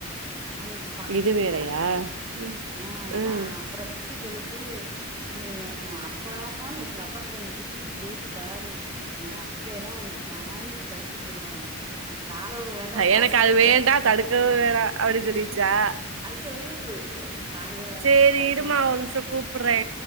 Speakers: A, on the right; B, on the right.
A: அன்னைக்கு பாத்துச்சு
B: இது வேறயா ம்
A: ஆ
B: ம்
A: பா அப்பறோ சித் தி சொன்னுச்சி நீ அப்பான்னு ஒங்க அப்பாட்ட நீ உருகி பேசிப்பாரு உங்க அத்தை எல்லா உன்னய தாங்கி தடுக்கு போடுவான்னுச்சு எனக்கு தாங்கவு வேண்டா தடுக்கவு
B: எனக்கு அது வேண்டா தடுக்கவு வேணா அப்டி சொல்லிருச்சா
A: அது சொல்லுது தாங்கவு வேண்டா
B: சேரி
A: தடுக்கவு
B: இருமா
A: வேண்டா
B: ஒரு நிமிஷோ கூப்ட்றே